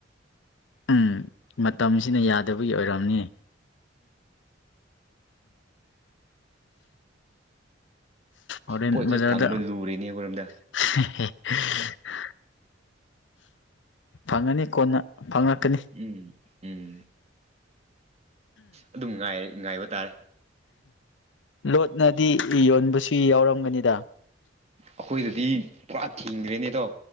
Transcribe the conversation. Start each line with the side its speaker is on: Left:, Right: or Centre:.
Left: ꯎꯝ ꯃꯇꯝꯁꯤꯅ ꯌꯥꯗꯕꯒꯤ ꯑꯣꯏꯔꯝꯅꯤ ꯎꯝ ꯍꯣꯔꯦꯟ
Right: ꯄꯣꯠꯁꯦ
Left: ꯕꯖꯥꯔꯗ
Right: ꯐꯪꯕ ꯂꯨꯔꯦꯅꯦ ꯑꯩꯈꯔꯣꯝꯗ
Left: <unintelligible> ꯐꯪꯉꯅꯤ ꯀꯣꯟꯅ ꯐꯪꯂꯪꯂꯛꯀꯅꯤ
Right: ꯎꯝ ꯎꯝ ꯑꯗꯨꯝꯥꯏ ꯉꯥꯏꯕ ꯇꯥꯔꯦ
Left: ꯂꯣꯠꯅꯗꯤ ꯌꯣꯟꯕꯁꯨ ꯌꯥꯎꯔꯝꯒꯅꯤꯗ
Right: ꯑꯩꯈꯣꯏꯗꯗꯤ ꯄꯨꯔꯥ ꯊꯤꯡꯗ꯭ꯔꯦꯅꯦꯗꯣ